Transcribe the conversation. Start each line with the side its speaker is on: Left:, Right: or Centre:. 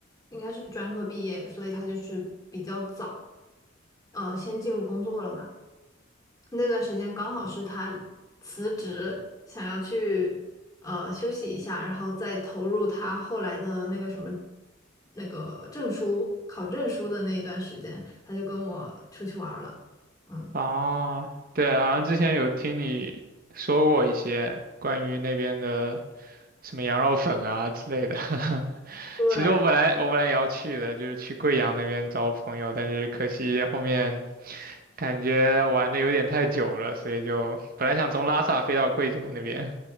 Left: 应该是专科毕业，所以他就是比较早，呃，先进入工作了嘛。那段时间刚好是他辞职，想要去呃休息一下，然后再投入他后来的那个什么那个证书考证书的那一段时间，他就跟我出去玩儿了。嗯，
Right: 啊，对，好像之前有听你说过一些关于那边的什么羊肉粉啊之类的。<laughs>
Left: 对，
Right: 其实我本来我本来也要去的，就是去贵阳那边找我朋友，但是可惜后面感觉玩的有点太久了，所以就本来想从拉萨飞到贵州那边，